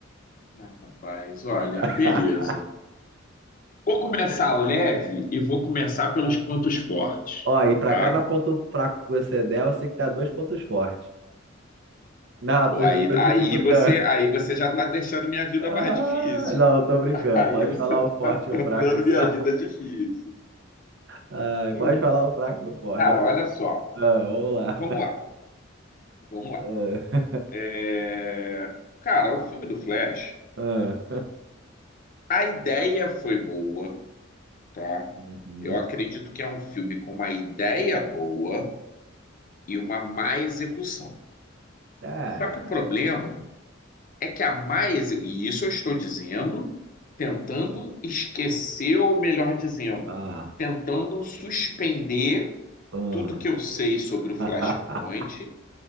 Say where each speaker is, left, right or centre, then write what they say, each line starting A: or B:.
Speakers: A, on the left (about 45°); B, on the right (about 65°).
A: Ah, rapaz, olha,
B: <laughs>
A: beleza. Vou começar leve e vou começar pelos pontos fortes,
B: Ó, e pra
A: tá?
B: cada ponto fraco que você der, você que dá dois pontos fortes. Não,
A: Pô,
B: tô,
A: aí,
B: tô
A: aí
B: dificultando.
A: você,
B: <laughs>
A: aí você já está deixando minha vida
B: Ah,
A: mais difícil.
B: não, tô brincando.
A: <laughs> Aí
B: Pode
A: você
B: falar
A: está
B: o forte
A: tornando
B: e o fraco só.
A: minha vida difícil.
B: Ah,
A: Hum,
B: pode falar o fraco e o forte.
A: cara, olha só.
B: Ah, vamos lá.
A: Vamos lá, vamos lá.
B: Ah,
A: É, Cara, o filme do Flash,
B: <laughs> ah,
A: a ideia foi boa, tá?
B: uhum.
A: Eu acredito que é um filme com uma ideia boa e uma má execução.
B: Ah,
A: Só que o problema é que a má execução, e isso eu estou dizendo, tentando esquecer, ou melhor dizendo,
B: ah,
A: tentando suspender
B: ah.
A: tudo que eu sei sobre o Flashpoint
B: <laughs>